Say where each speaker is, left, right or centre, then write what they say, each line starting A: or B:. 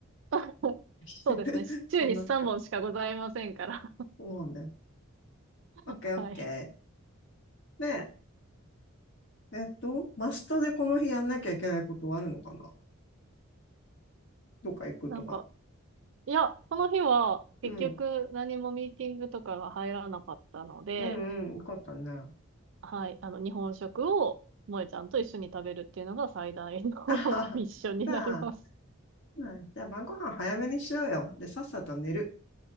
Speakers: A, on the right; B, on the left.
A: <laughs>
B: <laughs>
A: そうですね。週に3本しかございませんから。
B: そんな、そうね。
A: <laughs>
B: オッケーオッケー。
A: はい。
B: で、えっと、マストでこの日やんなきゃいけないことはあるのかなどっか行くとか。
A: なんか、いや、この日は結局何もミーティングとかが入らなかったので、
B: うん、うんうん、よかったね。
A: はい、あの、日本食を萌えちゃんと一緒に食べるっていうのが最大の
B: あははじゃあ、
A: <laughs> ミッションになります。
B: ねじゃあ晩ご飯早めにしようよ。で、さっさと寝る。